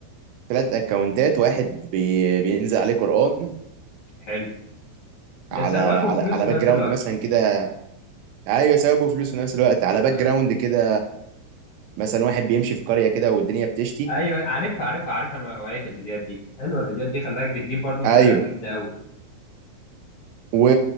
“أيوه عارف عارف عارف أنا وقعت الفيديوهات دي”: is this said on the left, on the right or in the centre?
Left